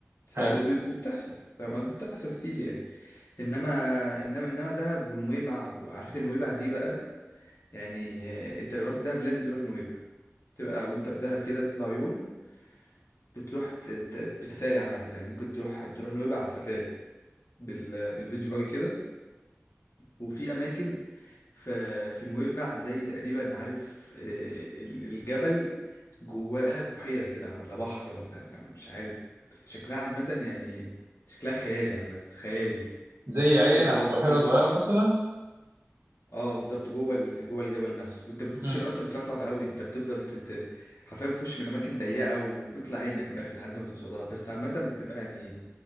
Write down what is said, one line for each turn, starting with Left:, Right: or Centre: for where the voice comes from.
Left: ف...
Right: حلو
Left: وبي- وبتحصل فاهم قصدي بتحصل كتير يعني إنما إنما إنما دهب ونويبع وعلى فكرة نويبع دي بقى يعني آه، أنت لو رحت دهب لازم تروح نويبع تبقى وأنت في دهب كده تطلع يوم بتروح ت- ت- بسفاري عامة يعني ممكن تروح بتروح نويبع على سفاري بال... بالبيتش باجي كده وفي أماكن في في نويبع زي تقريبا عارف آه، ال- الجبل جواه بحيرة كده ولا بحر ولا أنا مش عارف بس شكلها عامة يعني شكلها خيالي عامة خيالي
Right: زي عين
Left: تطلع
Right: او
Left: بقى
Right: بحيره
Left: فوق أي صخرة
Right: صغيره مثلا
Left: اه بالظبط جوه ال... جوه الجبل نفسه وانت بتخش
Right: امم
Left: له اصلا بتبقى صعب قوي انت بتفضل تت... حرفيا بتخش من اماكن ضيقه وبيطلع عينك من الاخر لحد ما توصلها بس عامه بتبقى يعني